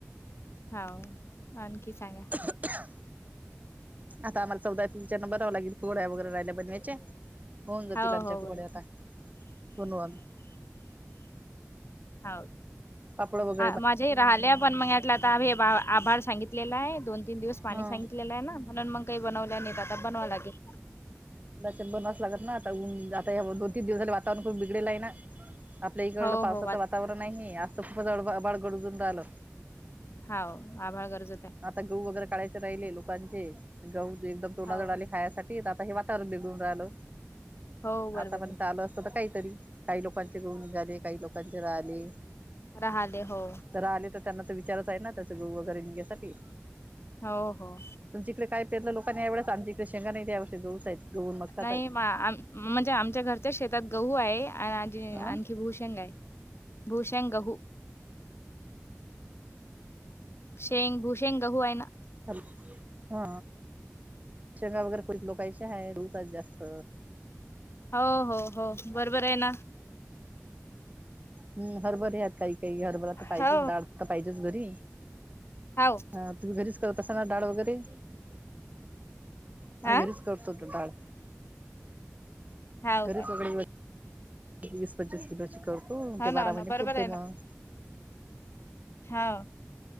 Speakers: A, on the left; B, on the right.
A: हांव आणखी सांगा
B: <inaudible> आता आम्हाला चौदा एप्रिलच्या बघावं लागेल गोड्या वगैरे राहिल्या बनवायच्या होऊन जातील
A: हो
B: आमच्या
A: हो
B: कुबड्या
A: बरोबर
B: आता बनवू आम्ही
A: <inaudible> हाव
B: पापड वगैर
A: ह माझे हे राहिले पण मग यातला आता आम्ही बा आभार सांगितलेला आहे. दोन, तीन दिवस पाणी
B: हा
A: सांगितलेलं आहे ना, म्हणून मग काही बनवल्या नाही आता बनवावं लागेल.
B: तुला ते बनवास लागत ना आता ऊन्ह जादा आता दोन तीन दिवसाले वातावरण खूप बिगडेलं आहे ना, आपल्या इकड
A: हो
B: पावसाचं
A: हो
B: वातावरण आहे आभाळ गरजुन राहिलं
A: हांव आभाळ गर्जत आहे.
B: आता गहू वगैरे काढयचे राहिले लोकांचे गहू एकदम तोंडाजवळ
A: हो
B: आले. खायासाठी आता हे वातावरण बिघडून राहिलं.
A: हो बरोबर
B: आतापर्यंत
A: आहे.
B: आलं असतं तर काहीतरी काही लोकांचे गहू निघाले, काही लोकांचे राहिले.
A: राहिले हो
B: जर आले तर त्यांना तर विचारच आहे ना, त्याच गहू वगैरे निघायसाठी
A: हो, हो
B: तुमच्या इकडं काय पेरल लोकांनी या वेळेस आमच्या इकडे शेंगा नाही यावर्षी गहूच आहेत गहू आणि मक्काच
A: नाही
B: आहे
A: मा म्हणजे आमच्या घरच्या शेतात गहू आहे आजी
B: हं
A: आणि भू शेंगा आहे भू शेंग गहू शेंग भूशेंग गहू आहे ना,
B: ह हा शेंगा वगैरे कोणीत लोकायची आहे धूप आहे जास्त
A: हो हो हो बरोबर आहे ना,
B: हं हरभरा आहेत काही काही हरभरा तर पाहिजेच,
A: हो
B: डाळ तर पाहिजेच घरी
A: हो हो
B: हं तुम्ही घरीच करत असाल ना डाळ वगैरे आम्ही
A: हा
B: घरीच करतो डाळ
A: हो
B: घरी
A: काय
B: सगळे वीस, पंचवीस किलोची करतो
A: हो
B: ते
A: ना
B: बारा
A: हो ना
B: महिने
A: बरोबर
B: पुरते मग,
A: हा.